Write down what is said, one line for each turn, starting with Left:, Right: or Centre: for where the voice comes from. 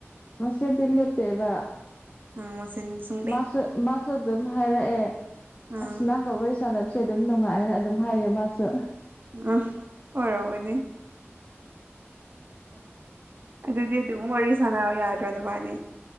Left: ꯃꯁꯦꯜꯗꯤ ꯂꯦꯞꯇꯦꯕ
Right: ꯑ ꯃꯆꯤꯟꯁꯨ
Left: ꯃꯥꯁꯨ ꯃꯥꯁꯨ ꯑꯗꯨꯝ ꯍꯥꯏꯔꯛꯑꯦ
Right: ꯎꯝ
Left: ꯑꯁ ꯅꯪꯒ ꯋꯥꯔꯤ ꯁꯟꯅꯕꯁꯦ ꯁꯦ ꯑꯗꯨꯝ ꯅꯨꯡꯉꯥꯏꯅ ꯑꯗꯨꯝ ꯍꯥꯏꯌꯦ ꯃꯥꯁꯨ
Right: ꯎꯝ ꯑꯣꯏꯔꯝꯒꯅꯤ ꯑꯗꯨꯗꯤ ꯑꯗꯨꯝ ꯋꯥꯔꯤ ꯁꯥꯟꯅꯔꯣ ꯌꯥꯗ꯭ꯔꯣ ꯅꯕꯥꯅꯤ